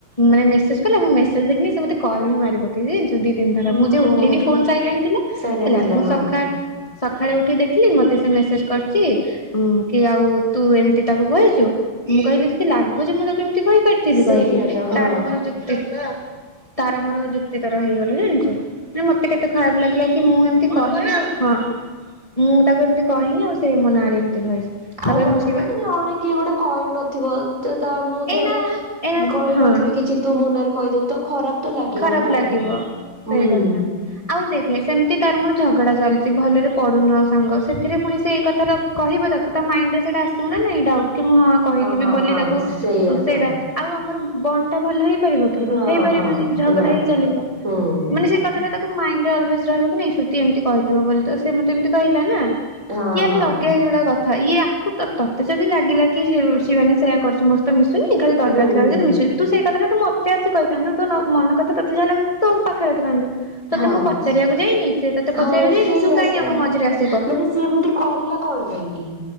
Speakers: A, on the left; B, on the right.
A: ମାନେ ମେସେଜ କଲା ମେସେଜ ଦେଖି ସେତେ କଲ୍ ବି ମାରିବ। କାଇଁ ଜାଣିଛୁ ଦି ତିନି ଥର
B: ଓହୋ
A: ମୁଁ ଯେ ଉଠେଇନି ଫୋନ୍ ସାଇଲେଣ୍ଟ ଥିଲା।
B: ସାଇଲେଣ୍ଟ
A: ହେଲା
B: ଥିଲା
A: ମୁଁ
B: ହଁ।
A: ଯେ ସ ସକାଳେ ଉଠି ଦେଖିଲି ମୋତେ ସେ ମେସେଜ୍ କରିଛି। ଉଁ କି ଆଉ ତୁ ଏମିତି ତାକୁ କହିଛୁ। ମୁଁ କହିଲି ତତେ ଲାଗୁଛି ମୁଁ ତାକୁ ଏମିତି କହିପାରି ଥିବି
B: ସେଇଆ
A: କହିକି
B: ତ ହଁ
A: ତାର ମୋର ଯୁକ୍ତି ତାର ମୋର ଯୁକ୍ତିତର ହେଇଗଲୁ ଜାଣିଛୁ। ମତେ କେତେ ଖରାପ ଲାଗିଲା କି ମୁଁ ଏମତି କହନି ହଁ। ମୁଁ ତାକୁ ଏମତି କହିନି ଆଉ ସେ ମୋ ନାଁ ରେ ଏମିତି କହିଛି। ତାପରେ
B: ଆଉ କଣ
A: ମୁଁ ସେ
B: ମାନେ ଜଣେ କିଏ ଗୋଟେ କହି ନଥିବ ତ ତା ମୁଁ
A: ଏଇନା
B: ଧର
A: ଏଇନା
B: କହିନଥିବି
A: ହଁ
B: କିଛି ତୁ ମନରେ କହିଦେବୁ ତ ଖରାପ ତ ଲାଗିବ
A: ଖରାପ
B: ନା
A: ଲାଗିବ ସେଇ
B: ହୁଁ।
A: କଥା। ଆଉ ଦେଖେ ସେମିତି ତାର ମୋର ଝଗଡା ଚାଲିଛି ଭଲରେ ପଡୁନୁ ଆଉ ସାଙ୍ଗ ସେଥିରେ ପୁଣି ସେ ଏଇ କଥା ର କହିବ ତାକୁ ତା ମାଇଡରେ ସେଟା ଆସିବ ନା ନାଇଡାଉଟ କି ମୁଁ ହଁ କହିିବି
B: ହଁ
A: ବୋଲି
B: ହଁ
A: ତାକୁ
B: ସେଇଆ
A: ସେଇଟା
B: ତ
A: ଆଉ ଆମର ବନଡ୍ ଟା ଭଲ ହେଇପାରିବ କି
B: ହଁ
A: ହେଇପାରିବନି
B: ହଁ
A: ଝଗଡା
B: ନା
A: ହେଇ ଚାଲିବ
B: ହୁଁ।
A: ମାନେ ସେ କଥାଟା ତାକୁ ମାଇଣ୍ଡ ରେ ଆଲୱେସ ରହିବ କିଁ ସ୍ମୁତିମିତି କହିଥିବ ବୋଲି ତ ସେ ମତେ ଏମିତି କହିଲା ନା।
B: ହଁ
A: ୟାର
B: ହଁ
A: ଲଗେଇ ଯୋଉଡା କଥା ଇଏ ଆକୁ ତତେ ଯଦି ଲାଗିଲା କି ଶିବାନି ସେୟା କରିଛି ମ ତ ମିଶୁନି ଖାଲି ଦରକାର
B: ହୁଁ
A: ଥିଲାବେଳେ
B: ହୁଁ
A: ଯଦ ମିଶୁ ତୁ ସେ କଥା ତୁଁ ମତେ ଆସି କହିଥାନ୍ତୁ ତ ମନ କଥା ତତେ ଯାହା ଲାଗୁଛି ତୋ ପାଖରେରଖିଥାନ୍ତୁ ତତେ
B: ହଁ।
A: ମୁ ପଚାରିବାକୁ ଯାଇନି ସେ ତୋତେ ପଚାରିବାକୁ
B: ହଁ
A: ଯାଇନି
B: ସେଇଆ
A: ତୁ କାହିଁ
B: ତ
A: ଆମ ମଝରି ଅସୁ
B: ମାନେ ସିଏ ଏମତି କରିଲା କଣ ପାଇଁ କି?